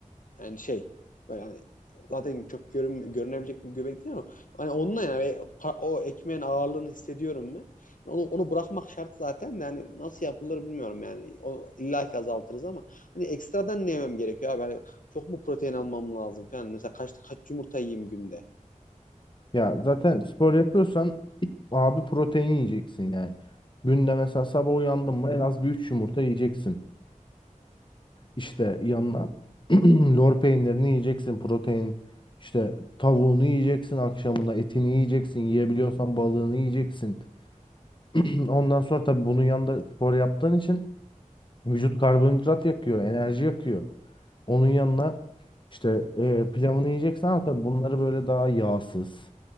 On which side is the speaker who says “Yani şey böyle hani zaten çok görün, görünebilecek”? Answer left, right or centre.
Left